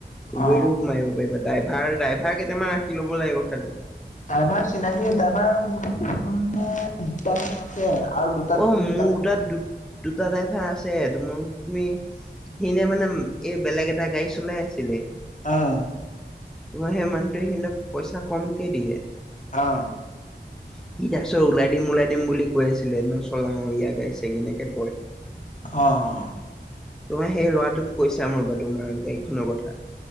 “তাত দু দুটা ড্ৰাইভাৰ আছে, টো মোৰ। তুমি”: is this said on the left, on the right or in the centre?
Centre